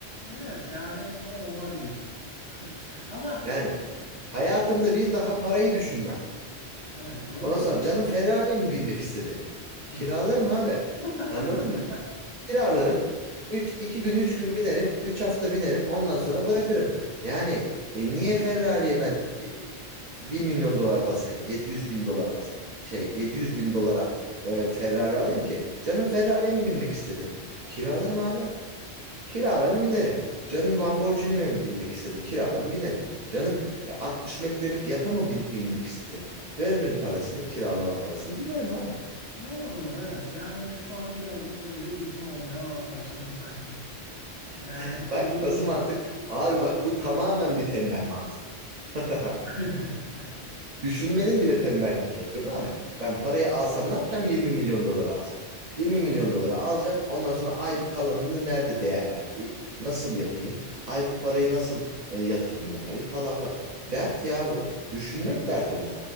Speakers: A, on the left; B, on the right.
A: Evet yani o olabilir. <laughs> Ama
B: Yani hayatımda bir daha parayı düşünmem.
A: evet doğru
B: Ondan
A: diyorsun.
B: sonra canım Ferrari'ye mi binmek istedi?
A: Hı.
B: Kiralarım abi.
A: <laughs>
B: Anladın mı? Kiralarım. 3 2 gün 3 gün binerim. üç hafta binerim. Ondan sonra bırakırım. Yani e, niye Ferrari'ye ben e, 1 milyon dolar basayım? yedi yüz bin dolar basayım. Şey 700 bin dolara e, Ferrari alayım ki. Canım Ferrari'ye mi binmek istedi? Kiralarım abi. Kiralarım binerim. Canım Lamborghini mi binmek istedi? Kiralarım binerim. Canım e, 60 metrelik yata mı bin- binmek istedi? Veririm parasını, kiralama parasını binerim abi.
A: Ne o da doğru evet. Yani şu an birazcık böyle bir ikna olmaya ba- başladım sanki. Yani
B: <laughs>
A: 50
B: Bak nasıl
A: bin.
B: mantık? Abi bak bu tamamen bir tembel mantığı. <laughs>
A: <laughs>
B: Düşünmenin bile tembelliğini yapıyorum abi. Ben parayı alsam ne yapacağım? 20 milyon doları alsam. 20 milyon doları alacağım. Ondan sonra ay bir kalanını nerede değerlendireyim? Nasıl yapayım? Ay bu parayı nasıl e, yatırım yapayım falan filan. Dert ya bu. Düşünmek
A: Evet.
B: dert onu